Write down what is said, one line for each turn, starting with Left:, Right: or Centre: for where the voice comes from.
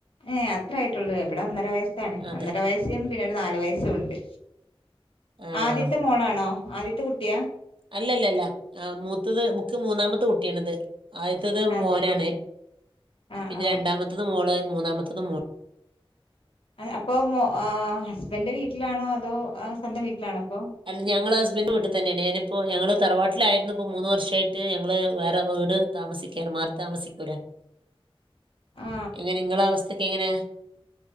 Left: ഏഹ് അത്ര ആയിട്ടുള്ളൂലേ ഇവടെ ഒന്നര വയസ്സാണ്
Right: അതെ
Left: ഒന്നര വയസ് യും പിന്നെരു നാല് വയസ്സും ഉണ്ട്
Right: ആണോ
Left: ആദ്യത്തെ മോളാണോ ആദ്യത്തെ കുട്ടിയാ.
Right: അല്ല അല്ല അല്ല ഏഹ് മൂത്തത് ഇക്ക് മൂന്നാമത്തെ കുട്ടിയാണിത്. ആദ്യത്തത്
Left: അതെ
Right: മോനാണ്
Left: ആ
Right: പിന്നെ
Left: ആ
Right: രണ്ടാമത്തത് മോള് മൂന്നാമത്തതും മോള്.
Left: അപ്പൊ ഹസ്ബൻന്റെ ഏഹ് വീട്ടിലാണോ അതോ സ്വന്തം വീട്ടിലാണോ ഇപ്പൊ.
Right: അല്ല ഞങ്ങൾ ഹസ്ബൻഡ് വീട്ടിൽ തന്നെയാണ് ഞാനിപ്പോ ഞങ്ങള് തറവാട്ടിലായിരുന്നു ഇപ്പോ മൂന്ന് വർഷായിട്ട് ഞങ്ങള് വേറെ വീട് താമസിക്കാണ് മാറി താമസിക്കൂലേ
Left: ആ
Right: എങ്ങനെ ഇങ്ങളെ അവസ്ഥക്കെ എങ്ങനെ.